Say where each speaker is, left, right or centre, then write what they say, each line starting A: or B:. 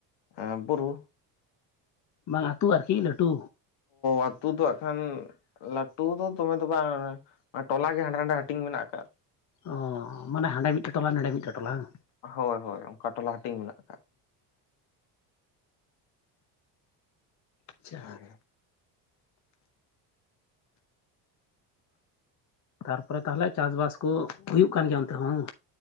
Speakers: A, on the left; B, on the left.
A: ᱮᱸ ᱵᱩᱨᱩ
B: ᱵᱟᱝ ᱟᱹᱛᱩ ᱟᱨᱠᱤ ᱞᱟᱹᱴᱩ
A: ᱚᱛᱳ ᱫᱚ ᱟᱠᱷᱟᱱ ᱞᱟᱹᱴᱩ ᱫᱚ ᱫᱚᱢᱮ ᱫᱚ ᱵᱟᱝ ᱴᱚᱞᱟ ᱜᱮ ᱦᱟᱸᱰᱮ ᱱᱟᱸᱰᱮ ᱦᱟᱹᱴᱤᱧ ᱢᱮᱱᱟᱜ ᱠᱟᱜ-ᱟ
B: ᱚᱻᱚ ᱢᱟᱱᱮ ᱟᱸᱰᱮ ᱢᱤᱫᱴᱮᱡ ᱴᱚᱞᱟ ᱱᱚᱰᱮ ᱢᱤᱫᱴᱮᱡ ᱴᱚᱞᱟ ᱦᱮᱵᱟᱝ
A: ᱦᱳᱭ ᱦᱳᱭ ᱚᱱᱠᱟ ᱴᱚᱞᱟ ᱦᱟᱹᱴᱤᱧ ᱢᱮᱱᱟᱜᱼᱟ
B: ᱟᱪᱪᱷᱟ
A: ᱚᱝᱠᱟ ᱜᱮ <inaudible>
B: ᱛᱟᱨᱯᱚᱨᱮ ᱛᱟᱦᱞᱮ ᱪᱟᱥᱵᱟᱥ ᱠᱚ ᱦᱩᱭᱩᱜ ᱠᱟᱱ ᱜᱮᱭᱟ ᱚᱱᱛᱮ ᱦᱚᱸ